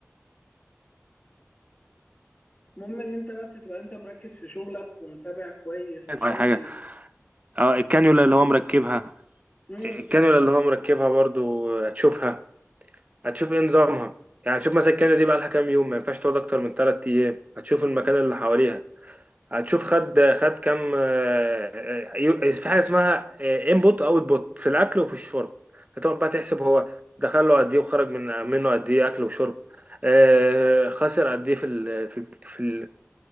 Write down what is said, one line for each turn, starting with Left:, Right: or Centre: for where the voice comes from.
Left: المهم ان انت بس تبقى انت مركز في شغلك ومتابع كويس عشان
Right: اي حاجه اه الكانيولا اللي هو مركبها
Left: امم
Right: الكانيولا اللي هو مركبها برضو هتشوفها هتشوف ايه نظامها يعني هتشوف مثلا الكانيولا دي بقى لها كام يوم ما ينفعش تقعد اكتر من 3 ايام هتشوف المكان اللي حواليها هتشوف خد خد كام آه، آه، في حاجه اسمها انبوت اوت بوت في الاكل وفي الشرب هتقعد بقى تحسب هو دخل له قد ايه وخرج من منه قد ايه اكل وشرب آه، خسر قد ايه في ال- في في